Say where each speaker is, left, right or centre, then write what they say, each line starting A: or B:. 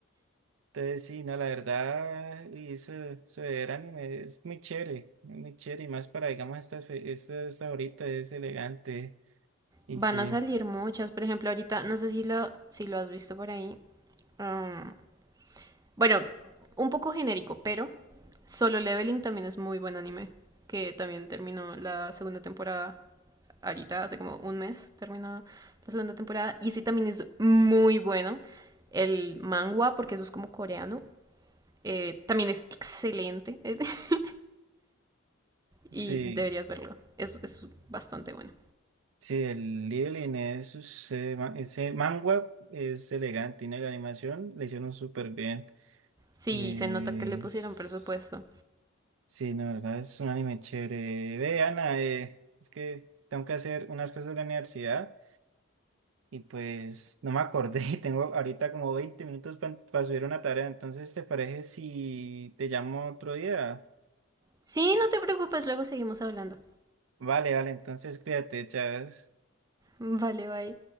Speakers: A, on the right; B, on the right.
A: Entonces sí, no, la verdad, y eso, eso de ver anime es muy chévere, muy chévere, y más para, digamos, esta, fe- esta, esta ahorita es elegante, y
B: Van
A: sí,
B: a salir muchas. Por ejemplo, ahorita, no sé si lo, si lo has visto por ahí. mm, Bueno, un poco genérico, pero Solo Leveling también es muy buen anime, que también terminó la segunda temporada ahorita, hace como un mes terminó la segunda temporada, y ese también es muy bueno. El manga, porque eso es como coreano, eh, también es excelente <laughs> y
A: sí.
B: deberías verlo, es, es bastante bueno.
A: Sí, el Little Inés, ese, ma- ese manga es elegante y la animación le hicieron súper bien.
B: Sí,
A: Es-
B: se nota que le pusieron presupuesto.
A: Sí, la verdad es un anime chévere. Ve, Ana, eh, es que tengo que hacer unas cosas de la universidad y pues no me acordé <laughs> y tengo ahorita como 20 minutos para subir una tarea. Entonces, ¿te parece si te llamo otro día?
B: Sí, no te preocupes, luego seguimos hablando.
A: Vale, vale, entonces cuídate, Chávez.
B: Vale, bye.